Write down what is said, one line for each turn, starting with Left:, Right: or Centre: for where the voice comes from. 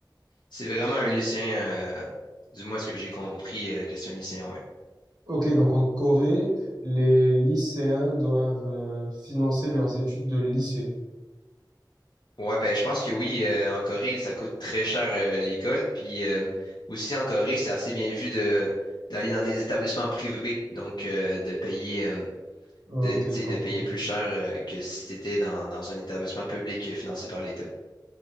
Left: c'est vraiment un lycéen, euh, du moins ce que j'ai compris, euh, que c'est un lycéen, ouais.
Right: Ok, donc en Corée, les lycéens doivent euh, financer leurs études de lycée.
Left: Ouais, ben, je pense que oui, euh, en Corée, ça coûte très cher euh, l'école. Puis euh, aussi, en Corée, c'est assez bien vu de d'aller dans des établissements privés, donc euh, de payer. euh,
Right: Ok,
Left: de, tu sais,
Right: je comprends.
Left: de payer plus cher euh, que si tu étais dans, dans un établissement public euh, financé par l'État.